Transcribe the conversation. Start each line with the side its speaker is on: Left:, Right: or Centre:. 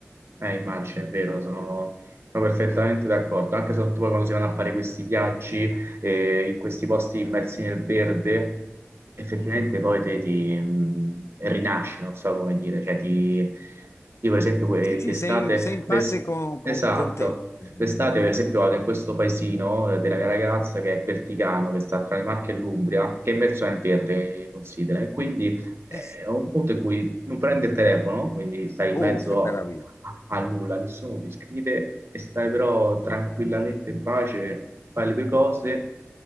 Right: Eh, immagino, è vero, sono, sono perfettamente d'accordo. Anche soprattutto poi quando si vanno a fare questi viaggi eh, in questi posti immersi nel verde, effettivamente
Left: Mm.
Right: poi te ti mh, rinasci, non so come dire. Cioè, ti, io per esempio que-
Left: Sì, sì,
Right: d'estate,
Left: sei, sei in
Right: d'es-
Left: pace con,
Right: esatto,
Left: con- con te. Eh,
Right: d'estate per esempio vado in questo paesino eh, della mia ragazza che è Perticano, che sta tra le Marche e l'Umbria, che è immerso nel verde, considera, e quindi eh,
Left: eh sì.
Right: è un punto in cui non prendi il telefono, quindi stai in
Left: Oh,
Right: mezzo
Left: che meraviglia.
Right: al nulla, nessuno ti scrive e stai però tranquillamente in pace, fai le tue cose